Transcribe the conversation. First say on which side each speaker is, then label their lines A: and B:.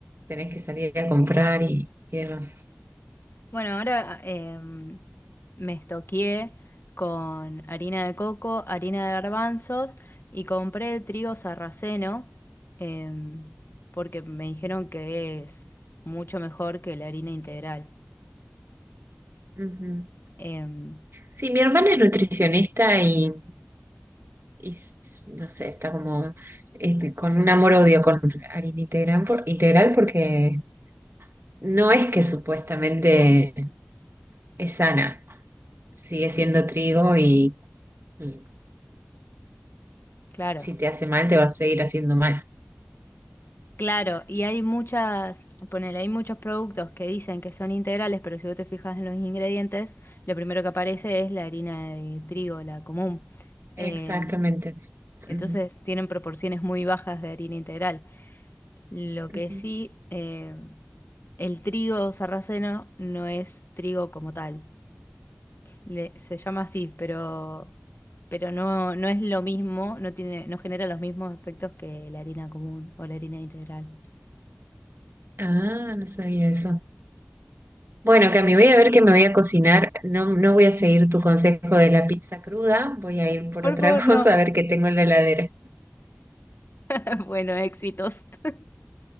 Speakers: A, on the right; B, on the left.
A: tenés que salir a comprar y, y demás.
B: Bueno, ahora em, me estoqueé con harina de coco, harina de garbanzos y compré trigo sarraceno em, porque me dijeron que es mucho mejor que la harina integral.
A: Ujú.
B: Em,
A: Sí, mi hermana es nutricionista y, y s- no sé, está como este, con un amor-odio con harina integral, por- integral porque no es que supuestamente es sana, sigue siendo
B: n-
A: trigo y, y
B: claro,
A: si te hace mal te va a seguir haciendo mal.
B: claro, y hay muchas, ponele, hay muchos productos que dicen que son integrales, pero si vos te fijas en los ingredientes, lo primero que aparece es la harina de trigo, la común. Em,
A: Exactamente.
B: Entonces
A: Ujú,
B: tienen proporciones muy bajas de harina integral. Lo que
A: ujú.
B: sí, eh, el trigo sarraceno no es trigo como tal. Le- se llama así, pero, pero no, no es lo mismo, no tiene, no genera los mismos efectos que la harina común o la harina integral.
A: Ah, no sabía eso. Bueno, Cami, voy a ver qué me voy a cocinar. No, no voy a seguir tu consejo de la pizza cruda, voy a ir por
B: Por
A: otra
B: favor,
A: <laughs> cosa
B: no.
A: a ver qué tengo en la heladera.
B: <laughs> Bueno, éxitos. <laughs>